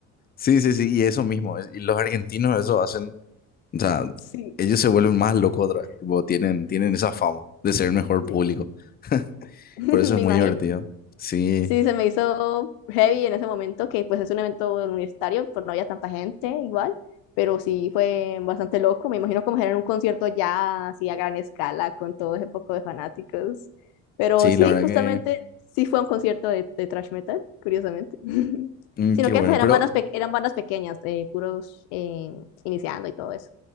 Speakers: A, on the left; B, on the left.
A: Sí, sí, sí, y eso mismo. es- Y los argentinos eso hacen, o sea,
B: Sí,
A: ellos se vuelven más locos otra vez. tipo, tienen, tienen esa fama de ser el mejor público.
B: sí,
A: <laughs>
B: <laughs> me
A: Por eso es muy
B: imagino.
A: divertido. Sí,
B: Sí, se me hizo heavy en ese momento, que pues es un evento universitario, pues no había tanta gente igual, pero sí fue bastante loco. Me imagino como era un concierto ya así a gran escala con todo ese poco de fanáticos. Pero
A: sí,
B: sí,
A: la verdad
B: justamente
A: que,
B: sí fue un concierto de, de thrash metal, curiosamente. <laughs>
A: mm,
B: Sino
A: qué
B: que
A: bueno.
B: pues eran
A: Pero,
B: bandas, pe- eran bandas pequeñas, eh, puros eh, iniciando y todo eso.